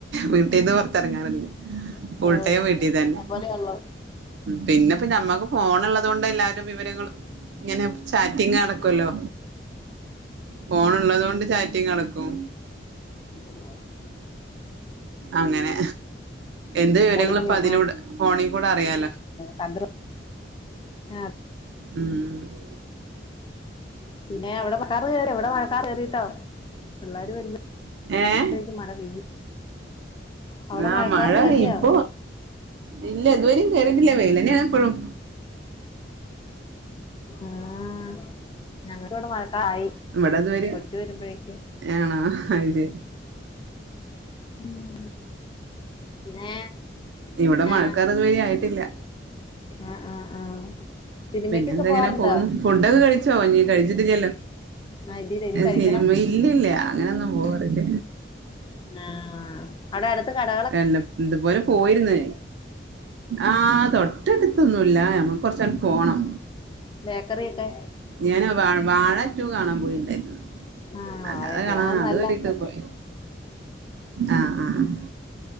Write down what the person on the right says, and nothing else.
വീട്ടീന്ന്
പുറത്തി ഇറങ്ങാറില്ല പുൾട്ടയം
വീട്ടിൽ തന്നെ
പിന്നെ ഇപ്പോ മ്മക്ക് ഫോൺ ഉള്ളത് കൊണ്ട് എല്ലാരും വിവരങ്ങൾ ഇങ്ങനെ ചാറ്റിങ് നടക്കല്ലോ ഫോൺ ഉള്ളത് കൊണ്ട് ചാറ്റിങ് നടക്കും
അങ്ങനെ എന്ത്
വിവരങ്ങളും ഇപ്പോ അതിലൂടെ ഫോണി കൂടെ അറിയാലോ
ഉം
ഏഹ്
ആഹ്
മഴ
പെയ്യും ഇപ്പോ ഇല്ല ഇതുവേരീം പെയ്തിട്ടില്ല വെയിലെന്നെണ് ഇപ്പഴും
ഇവിടെ ഇതുവരെ
ആണോ അത് ശരി
ഇവിടെ മഴക്കാർ ഇതുവരെ ആയിട്ടില്ല
പിന്നെന്താ
ഇങ്ങനെ പോക്ന്നു ഫുഡൊക്കെ കഴിച്ചോ നീ കഴിച്ചിട്ടില്ലല്ലോ
സിനിമ ഇല്ലല്ല അങ്ങനെയൊന്നും പോവാറില്ല
എല്ലം ഇത്പോലെ പോയിര്ന്ന് ആഹ് തൊ ട്ടട്ത്തൊന്നുല്ല ഞമ്മക്ക് കൊറച്ചാണ്ട് പോണം
ഞാന് വാ വാഴ ടു കാണാൻ പോയിണ്ടായിരുന്നു
അല്ലാതെ
കാണാ
അതോരിട്ട്
പോയി
ആഹ് ആഹ് <inaudible>